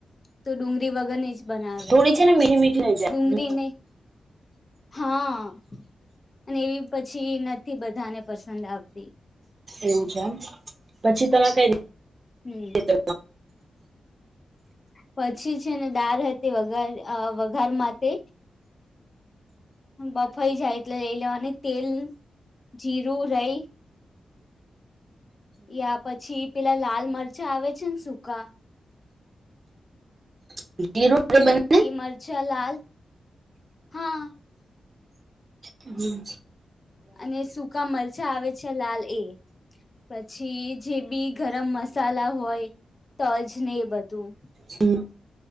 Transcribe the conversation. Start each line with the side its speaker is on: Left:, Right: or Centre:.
Left: તો ડુંગી વગર જ બનાવે
Right: થોડી છે ને મીઠી મીઠી રહી જાય
Left: ડુંગળીને. હા અને એવી પછી નથી બધાને પસંદ આવતી. તે.
Right: એવું છે એમ પછી તમે કઈ.
Left: હમ.
Right: રીતે
Left: પછી છે ને દાળ હતી વઘાર વઘાર માટે. બફાઈ જાય એટલે લઈ લેવા અને તેલ જીરું રહી. યા પછી પેલા લાલ મરચા આવે છે ને સુૂકા.
Right: <unintelligible>
Left: એ મરચા લાલ હા.
Right: હમ.
Left: અને સૂકા મરચાં આવે છે લાલ એ. પછી જે બી ગરમ મસાલા હોય તોજ ને એ બધું.
Right: હમ